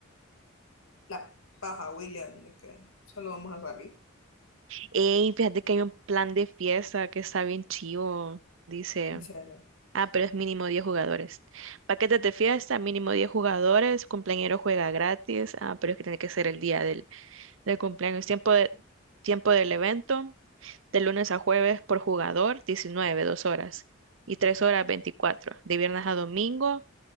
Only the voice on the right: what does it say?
Ey, fíjate que hay un plan de fiesta que está bien chivo, dice.
Ah, pero es mínimo 10 jugadores. Paquetes de fiesta, mínimo 10 jugadores, cumpleañero juega gratis. Ah, pero es que tiene que ser el día del, del cumpleaños. Tiempo de, tiempo del evento, de lunes a jueves por jugador, diecinueve 2 horas. Y 3 horas, 24. De viernes a domingo,